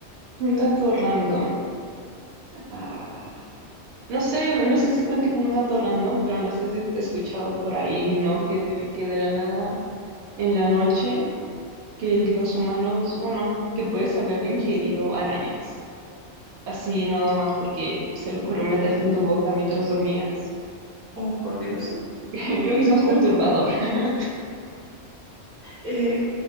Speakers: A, on the right (about 75°); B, on the right (about 20°).
A: un dato random. ah, no sé, no sé si cuente como un dato random, pero no sé si he escuchado por ahí, ¿no? Que, que de la nada, en la noche, que los humanos, bueno, que puedes haber ingerido arañas, así no nada más porque se le ocurrió meterte en tu boca mientras dormías.
B: Oh, por Dios.
A: <laughs> Creo
B: No,
A: que es más perturbador. <laughs>
B: eh,